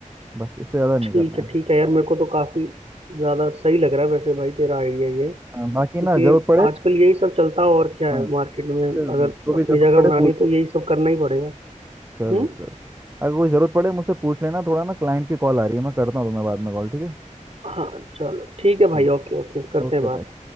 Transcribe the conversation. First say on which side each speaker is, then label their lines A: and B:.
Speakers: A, on the right (about 20°); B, on the right (about 50°).
A: बस इससे ज़्यादा नहीं
B: ठीक
A: करना
B: है
A: है
B: ठीक है यार
A: समझ
B: मेरे को तो काफी ज्यादा सही लग रहा है वैसे भाई तेरा आइडिया ये
A: हाँ, बाकी
B: क्योंकि
A: ना ज़रूरत पड़े
B: आजकल यही सब चलता है और क्या
A: हाँ
B: है मार्केट में
A: इससे
B: अगर
A: जो भी
B: अपनी
A: जरूरत
B: जगह
A: पड़े
B: बनानी
A: पूछ
B: है तो यही सब करना ही पड़ेगा
A: चलो
B: हम्म
A: चलो अगर कोई ज़रूरत पड़े मुझसे पूछ लेना थोड़ा ना क्लाइंट की कॉल आ रही है मैं करता हूँ तुम्हें बाद में कॉल ठीक है
B: हाँ चलो ठीक है
A: ठीक
B: भाई ओके ओके करते
A: ओके
B: हैं बात
A: भाई